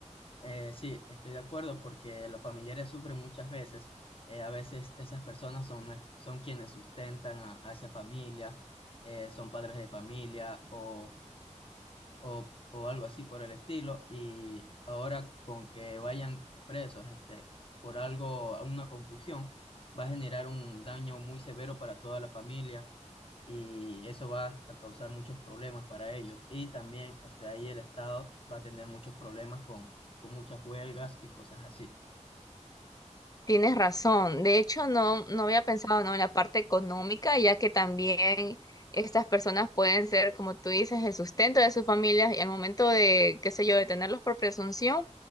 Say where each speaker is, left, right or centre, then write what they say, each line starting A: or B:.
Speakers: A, on the left; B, on the left.
A: Eh, sí, estoy de acuerdo porque los familiares sufren muchas veces. Eh, a veces esas personas son, son quienes sustentan a, a esa familia, eh, son padres de familia o, o, o algo así por el estilo. Y ahora con que vayan presos este, por algo, una confusión, va a generar un daño muy severo para toda la familia y eso va a causar muchos problemas para ellos. Y también este, ahí el Estado va a tener muchos problemas con, con muchas huelgas y cosas así.
B: Tienes razón. De hecho, no, no había pensado, ¿no? en la parte económica, ya que también estas personas pueden ser, como tú dices, el sustento de sus familias y al momento de, qué sé yo, de tenerlos por presunción,